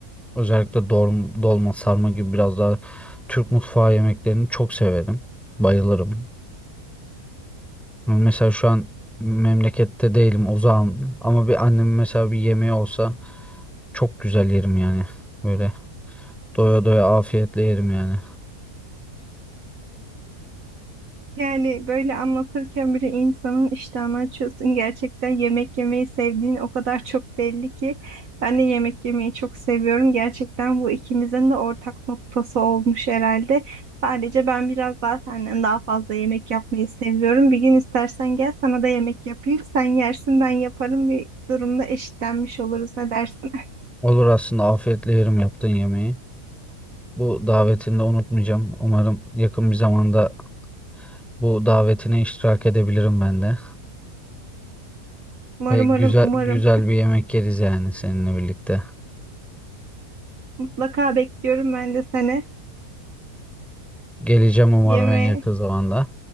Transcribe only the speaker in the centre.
Özellikle dolma, dolma sarma gibi biraz daha Türk mutfağı yemeklerini çok severim. Bayılırım. Yani Mesela şu an memlekette değilim, uzağım ama bir annem mesela bir yemeği olsa çok güzel yerim yani. Böyle doya doya afiyetle yerim yani.
Olur aslında afiyetle yerim yaptığın yemeği. Bu davetini de unutmayacağım. Umarım yakın bir zamanda bu davetine iştirak edebilirim ben de.
Ve güzel
güzel bir yemek yeriz yani seninle birlikte.
Geleceğim umarım
en yakın zamanda.